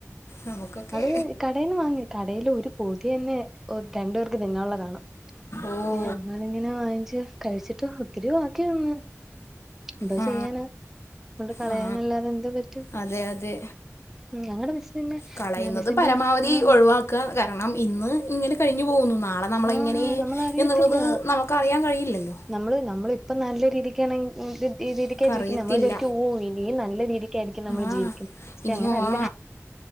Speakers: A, on the left; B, in the centre.
A: നമുക്കൊക്കെ
B: അത് കടേന്ന് വാങ്ങി കടേല് ഒരു പൊതി തന്നെ രണ്ടു പേർക്ക് തിന്നാ ഉള്ള കാണും
A: ഓഹ്
B: അപ്പൊ ഞങ്ങളിങ്ങനെ വാങ്ങിച്ച് കഴിച്ചിട്ട് ഒത്തിരി വാക്കി വന്ന് എന്തോ
A: ആ
B: ചെയ്യാനാ? കൊണ്ട് കളയാനല്ലാതെ
A: ആ
B: എന്തോ പറ്റും
A: അതെ അതെ
B: ഞങ്ങടെ മിസ് പിന്നെ
A: കളയുന്നത്
B: മിസ്സിന്റെ
A: പരമാവധി
B: ഉം
A: ഒഴിവാ ക്കാ കരണം ഇന്ന് ഇങ്ങനെ കഴിഞ്ഞു പോകുന്നു നാളെ നമ്മളെങ്ങനെ
B: ആഹ് നമ്മളറിയത്തില്ല
A: എന്നുള്ളത് നമക്കറിയാ കഴിയില്ലല്ലോ?
B: നമ്മള് നമ്മളിപ്പം നല്ല രീതിക്കാണെങ്കി എങ്കില് ഈ രീതിക്കാ
A: നമുക്കറിയത്തില്ല
B: ജീവിക്ക്ന്നെ നമ്മള് വിജാരിക്കും ഓ ഇനിയും നല്ല രീതിക്കായിരിക്കും നമ്മള്
A: ആ
B: ജീവിക്കുന്നെ പക്ഷെ
A: ഇനിയോ
B: അങ്ങനല്ല
A: ആ